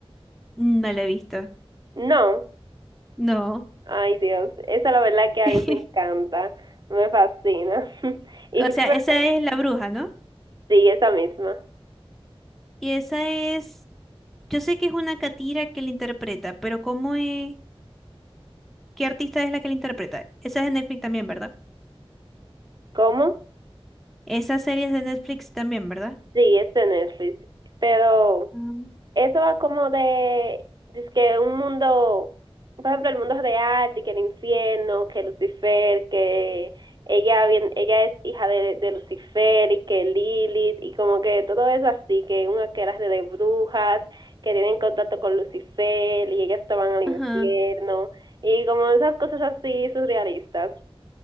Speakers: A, in the centre; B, on the right (about 45°).
A: Mm, No la he visto.
B: No.
A: No.
B: Ay, Dios. Esa la verdad que a
A: <laughs>
B: mí me encanta. Me fascina. <laughs> Y
A: O
B: Riverdale
A: sea, esa es la bruja, ¿no?
B: Sí, esa misma.
A: Y esa es... Yo sé que es una catira que la interpreta, pero ¿cómo es? ¿Qué artista es la que la interpreta? Esa es de Netflix también, ¿verdad?
B: ¿Cómo?
A: Esa serie es de Netflix también, ¿verdad?
B: Sí, es de Netflix. Pero
A: Mm.
B: eso va como de, es que un mundo, por ejemplo, el mundo real, de que el infierno, que Lucifer, que ella bien, ella es hija de, de Lucifer y que Lilith, y como que todo eso así, que una que era de brujas, que tienen contacto con Lucifer y ellas estaban al infierno,
A: Ajá.
B: y como esas cosas así surrealistas.